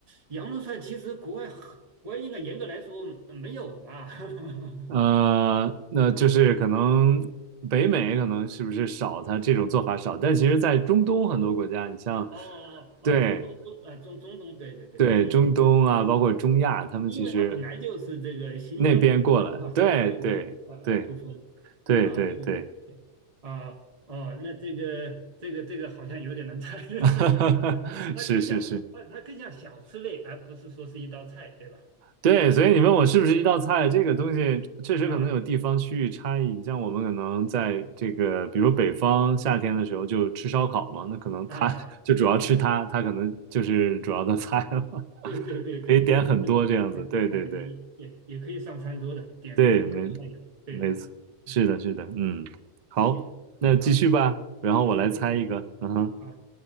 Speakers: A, on the right (about 30°); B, on the right (about 65°).
A: 羊肉串其实国外很国外应该严格来说呃没有吧？<laughs>
B: 呃，那就是可能北美可能是不是少，它这种做法少，但其实在中东很多国家，你像，
A: 哦哦哦，
B: 对
A: 中东中呃中中东，对对对，
B: 对，
A: 中东，
B: 中东啊，包括中亚，他们其实
A: 因为它本来就是这个新疆传过来的嘛，
B: 那边过来，对对对
A: 所以这个呃呃不分
B: 对对对，
A: 啊不分啊哦，那这个这个这个好像有点难猜，<laughs>
B: <laughs>
A: 它它更像它它更像小吃类，
B: 是是是，
A: 而不是说是一道菜，对吧？
B: 对，所以你问我是不是一道菜，
A: 嗯
B: 这个东西确实可能有地方区域差异。
A: 啊。
B: 你像我们可能在这个，比如说北方夏天的时候就吃烧烤嘛，那可能它
A: <laughs> 啊，
B: <laughs> 就主要吃它，它可能就是主要的菜了，
A: 对对对对对对，
B: <laughs> 可以点很多这样子。
A: 嗯，
B: 对对对
A: 哎，也也也可以上餐桌的，点点羊肉串，
B: 对，没
A: 油，对对对，
B: 没错，是的，
A: 嗯，
B: 是的，嗯，好，
A: 行，
B: 那继续吧，
A: 好，
B: 然后我来猜一个，
A: 继续继续，
B: 嗯哼，
A: 好，